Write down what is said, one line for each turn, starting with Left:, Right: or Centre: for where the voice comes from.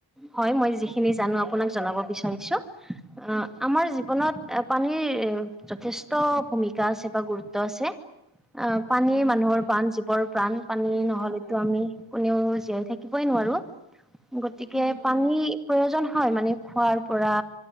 Centre: হয় মই যিখিনি জানো আপোনাক জনাব বিচাৰিছো অ আমাৰ জীৱনত পানীৰ যথেষ্ট ভূমিকা আছে বা গুৰুত্ব আছে। অ পানী
Right: উম
Centre: মানুহৰ
Right: হয়
Centre: প্ৰাণ জীৱৰ প্ৰাণ পানী
Right: উম
Centre: নহলেতো
Right: হয়।
Centre: আমি। কোনেও জীয়াই থাকিবই নোৱাৰো গতিকে
Right: উম, হয়,
Centre: পানীৰ প্ৰয়োজন হয় মানে খোৱাৰ পৰা